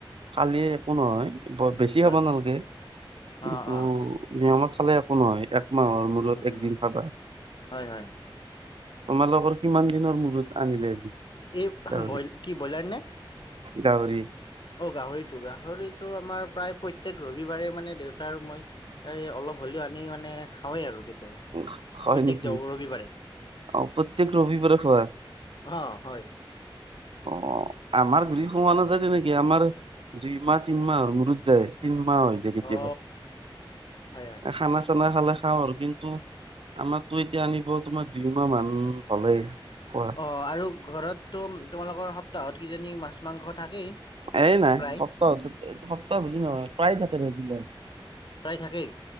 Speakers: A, on the right (about 80°); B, on the left (about 60°).
A: খালে একো নহয়। বৰ বেছি
B: হয়,
A: খাব নালাগে,
B: অ',
A: কিন্তু
B: অ',
A: নিয়মত খালে একো নহয় এক মাহৰ মূৰত
B: উম,
A: একদিন
B: উম,
A: খাবা।
B: হয় হয়।
A: তোমালোকৰ কিমান দিনৰ মূৰত আনিলে?
B: এই
A: গাহৰি
B: বই, কি ব্ৰইলাৰ নে?
A: গাহৰি
B: অ' গাহৰিটো, গাহৰিটো আমাৰ প্ৰায় প্ৰত্যেক ৰবিবাৰে মানে দেউতা আৰু মই এই অলপ হ'লেও আনি মানে খাওঁৱেই আৰু কেতিয়াবা।
A: অ' হয়
B: প্ৰত্যেক
A: নেকি,
B: দেও ৰবিবাৰে
A: অ' প্ৰত্যেক ৰবিবাৰে খোৱা।
B: অ' হয়।
A: অ আমাৰ
B: উম
A: <unintelligible> খোৱা নাযায় তেনেকে, আমাৰ দুই মাহ তিন মাহৰ মূৰত তিন মাহ হ'য়। কেতিয়াবা,
B: অ হয় হয়
A: খানা চানা খালে। খাওঁ আৰু কিন্তু, আমাৰতো এতিয়া আনিব তোমাৰ দুই মাহ মান হ'লেই, খোৱা।
B: অ' আৰু ঘৰতো তোমালোকৰ সপ্তাহত কিজানি মাছ মাংস থাকেই।
A: এই নাই,
B: প্ৰায়
A: সপ্তাহত সপ্তাহ বুলি নহয় প্ৰায় থাকে তেতিয়া।
B: প্ৰায় থাকেই?